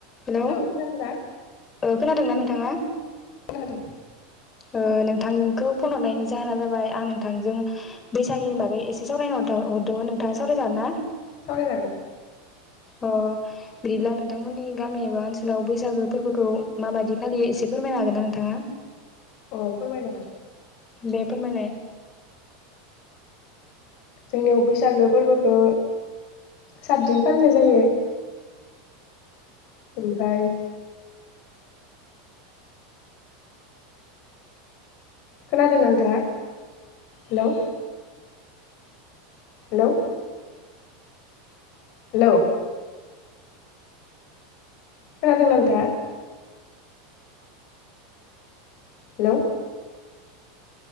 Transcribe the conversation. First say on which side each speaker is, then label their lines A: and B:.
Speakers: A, on the left; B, on the left.
A: Hello
B: hello खोनादोंना?
A: ओ खोनादोंना नोंथाङा?
B: दों
A: ओ नोंथांखौ फन हरनायनि जाहोना जाबाय आं नोंथांजों बैसागुनि बागै एसे सावरायनो हरदोंमोन नोंथाङा साव सावराय जागोनना?
B: सावरायजागोन
A: अ बिदिब्ला नोंथांमोननि गामि एबा ओनसोलाव बैसागो फोरबोखौ माबायदि फालियो एसे फोरमायनो हागोन ना नोंथाङा?
B: अ फोरमाय जागोन।
A: बेफोरमाने
B: जोंनियाव बैसागो फोरबोखौ सातदिन फालिनाय जायो। ओमफ्राय खोनादोंना नोंथाङा हेल'। हेल' हेल' खोनादों ना नोंथाङा? हेल'